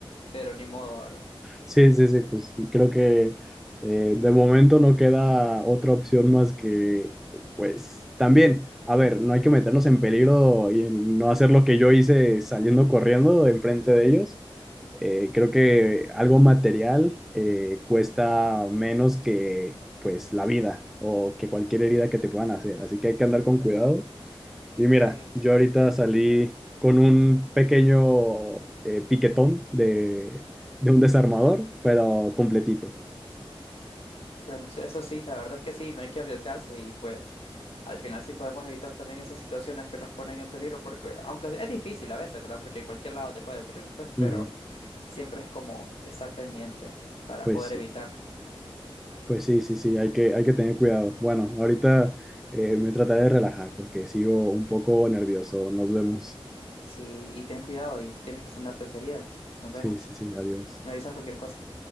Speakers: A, on the left; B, in the centre.
A: pero ni modo, ¿verdad?
B: Sí, sí, sí, pues creo que eh, de momento no queda otra opción más que, pues también, a ver, no hay que meternos en peligro y en no
A: Sí,
B: hacer lo que yo hice saliendo corriendo enfrente de ellos. Eh, creo que algo material eh, cuesta menos que, pues, la vida o que cualquier herida que te puedan hacer, así que hay que andar con cuidado y mira,
A: sí.
B: yo ahorita salí con un pequeño eh, piquetón de, de un desarmador, pero completito.
A: Bueno, sí, eso sí, la verdad es que sí, no hay que arriesgarse y pues Al final sí podemos evitar también esas situaciones que nos ponen en peligro, porque aunque es difícil a veces, ¿verdad? Porque en cualquier lado te puede ocurrir, pues, pero
B: Ujú.
A: siempre es como estar pendiente para
B: Pues
A: poder
B: sí,
A: evitar.
B: pues
A: Sí,
B: sí, sí, sí, hay que, hay que tener cuidado. Bueno, ahorita eh, me trataré de relajar porque sigo un poco nervioso. Nos vemos.
A: sí, y ten cuidado y tienes que sanarte esa herida. Nos vemos.
B: Sí, sí, sí, adiós.
A: Me avisas cualquier cosa.